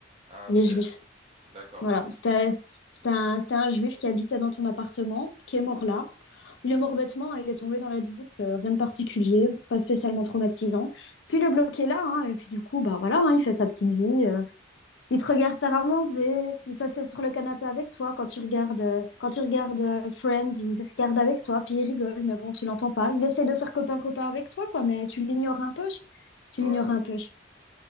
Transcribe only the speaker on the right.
Ah ok.
D'accord.
Ouais.